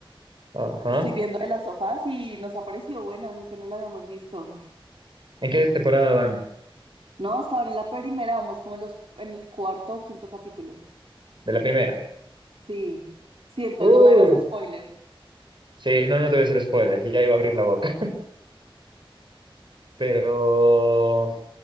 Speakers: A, on the right; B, on the right.
A: ajá.
B: Me estoy viendo de las sofás y nos ha parecido buena, nunca no la habíamos visto.
A: ¿En qué temporada van?
B: No, hasta ahora en la primera, vamos como en los, en el cuarto o quinto capítulo.
A: De la primera.
B: Sí, sí, entonces
A: Uh,
B: no me hagas spoiler.
A: sí, no, no te voy a hacer spoiler, ya iba a abrir la boca. <laughs> Pero